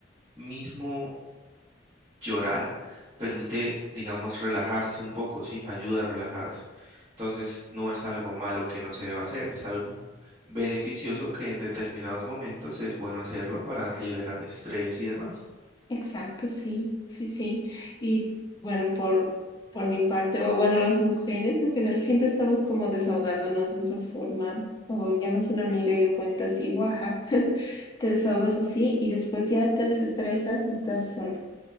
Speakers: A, on the right; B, on the left.
A: mismo llorar permite, digamos, relajarse un poco, ¿sí? Ayuda a relajarse. Entonces, no es algo malo que no se deba hacer, es algo beneficioso que en determinados momentos es bueno hacerlo para liberar estrés y demás.
B: Exacto, sí, sí, sí. Y bueno, por, por mi parte, o bueno, las mujeres en general siempre estamos como desahogándonos de esa forma. O llamas a una amiga y le cuentas y guaja, <laughs> te desahogas así y después ya te desestresas, estás eh,